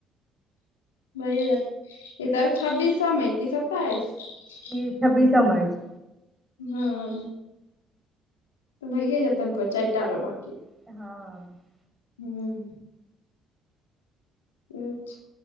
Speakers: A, on the left; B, on the right.
A: भयै जैतइ तऽ छब्बीस सए मे की सताइस ताइस
B: ई छब्बीस सए में अछि।
A: हां, तऽ भइए जेतैन चाइर टा बांकी
B: हां
A: हूॅं अच्छा